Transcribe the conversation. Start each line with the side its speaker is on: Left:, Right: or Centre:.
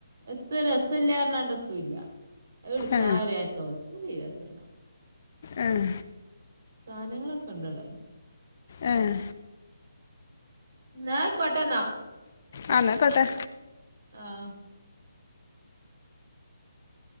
Right: എത്ര രസല്ലാരല്ലാണ്ടത്തുംല്ല എട്ക്കാൻ
Left: ഏ
Right: അറിയാട്ടാവും <unintelligible>
Left: ആഹ്
Right: സാനങ്ങളൊക്കെ ണ്ടടെ
Left: ഏഹ്
Right: ന്നാ ആയിക്കോട്ടെന്നാ
Left: ആഹ് ന്നാക്കോട്ടേ
Right: ആഹ്